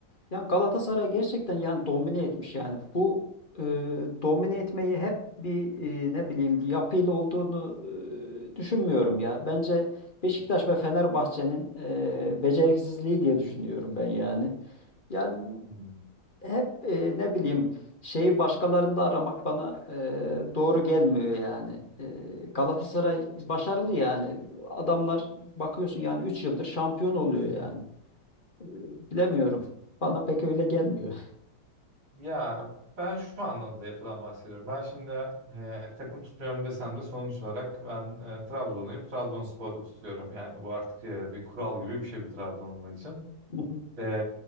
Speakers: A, on the left; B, on the right.
A: Yani Galatasaray gerçekten yani domine etmiş yani. Bu e, domine etmeyi hep bir e, ne bileyim bir yapıyla olduğunu e, düşünmüyorum ya. Bence Beşiktaş ve Fenerbahçe'nin e, beceriksizliği diye düşünüyorum ben yani. Yani
B: gibi
A: hep e, ne bileyim şeyi başkalarında aramak bana e, doğru gelmiyor yani. E, Galatasaray başarılı yani. Adamlar bakıyorsun yani 3 yıldır şampiyon oluyor yani. Ee, Bilemiyorum. Bana pek öyle gelmiyor.
B: Ya ben şu anlamda yapıdan bahsediyorum. Ben şimdi e, takım tutmuyorum desem de sonuç olarak ben e, Trabzonluyum. Trabonspor'u tutuyorum. Yani bu artık e, bir kural gibi bir şey bir Trabzonlu için.
A: <laughs>
B: E,